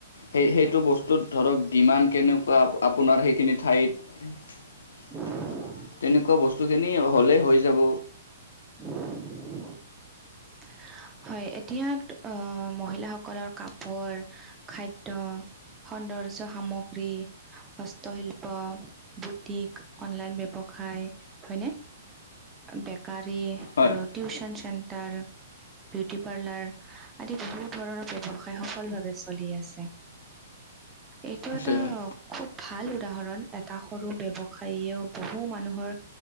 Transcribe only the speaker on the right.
<unintelligible>
<unintelligible> হয়, এতিয়া আহ মহিলাসকলৰ কাপোৰ খাদ্য। সৌন্দৰ্য সামগ্ৰী। হস্তশিল্প, বুটিক, অনলাইন ব্যৱসায়। হয়নে, বেকাৰী
আৰু টিউচন চেন্টাৰ। বিউটি পাৰ্লাৰ, আদি বহুত ধৰণৰ ব্যৱসায় সফল ভাৱে চলি আছে। এইটো
এটা
খুব ভাল উদাহৰণ এটা সৰু ব্যৱসায়ীও বহু মানুহৰ,